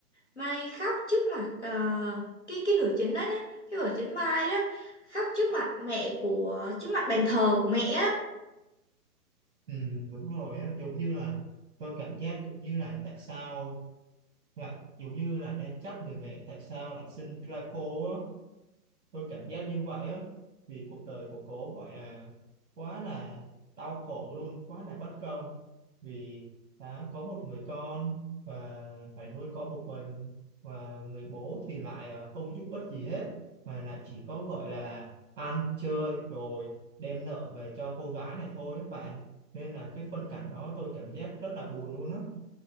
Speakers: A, on the left; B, on the right.
A: Mai khóc trước mặt ờ, cái cái nữ chính đó nhá, cái vợ chính Mai đó khóc trước mặt mẹ của trước mặt bàn thờ của mẹ á.
B: ừ, đúng rồi á giống như là tôi cảm giác giống như là tại sao lại giống như là đang trách người mẹ tại sao lại sinh ra cô á tôi cảm giác như vậy á vì cuộc đời của cô gọi là quá là đau khổ luôn quá là bất công vì đã có một người con và phải nuôi con một mình và người bố thì lại ờ, không giúp ích gì hết mà lại chỉ có gọi là ăn chơi rồi đem nợ về cho cô gái này thôi các bạn nên là cái phân cảnh đó tôi cảm giác rất là buồn luôn á